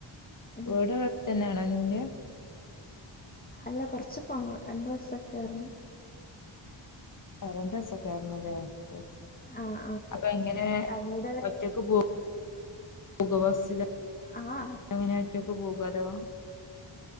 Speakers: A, on the left (about 20°); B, on the left (about 40°).
A: ഉം
B: വീട് വ്ടെട്ത്തന്നെയാണോ നിന്റെ?
A: അല്ല കൊർച്ച് പോണം രണ്ട് ബസ്സൊക്കെ കേറണം.
B: ആ രണ്ട് ബസ്സൊക്കെ കേർണല്ലേ ഓ
A: ആഹ്
B: അപ്പ എങ്ങനെ
A: ആഹ് ഞങ്ങൾടെ
B: ഒറ്റക്ക് പോ <unintelligible>
A: ആഹ് ഹസ്
B: എങ്ങനെയാ ഒറ്റക്ക് പോകോ അതോ?